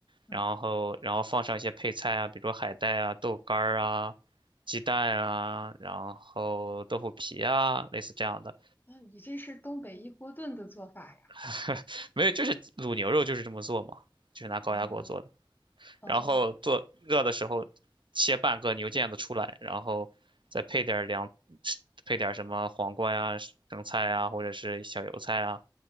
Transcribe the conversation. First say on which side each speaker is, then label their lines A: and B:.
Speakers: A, on the left; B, on the right.
A: 嗯，
B: 然后然后放上一些配菜啊，比如说海带啊、豆干儿啊、鸡蛋啊，然后豆腐皮啊，类似这样的。
A: 那你这是东北一锅炖的做法呀？
B: <laughs> 没有，就是卤牛肉就是这么做嘛，就是拿高压锅做的。
A: 啊哦
B: 然后做热的时候切半个牛腱子出来，
A: 嗯
B: 然后再配点儿凉，配点儿什么黄瓜呀、生菜呀，或者是小油菜啊，